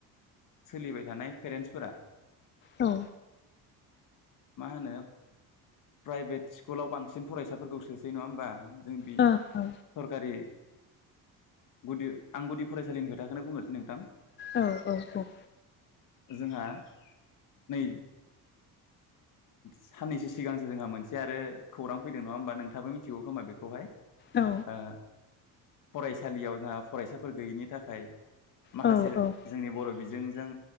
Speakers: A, on the left; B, on the left.
A: सोलिबाय थानाय पेरेन्टसफोरा
B: औ
A: मा होनो प्राइभेट स्कुलाव बांसिन फरायसाफोरखौ सोसै नङा होमबा जों बे
B: औ औ
A: सरखारि गुदि आं गुदि फरायसालिनि खोथाखौनो बुंनोसै नोंथां
B: औ औ औ
A: जोंहा नै साननैसो सिगांसो जोंहा मोनसे आरो खौरां फैदों नङा होमबा नोंथाबो मिथिगौ खोमा बेखौहाय
B: औ
A: ओ फरायसालियाव जोंहा फरायसाफोर गैयैनि थाखाय माखासे
B: औ औ
A: जोंनि बर' बिजोंजों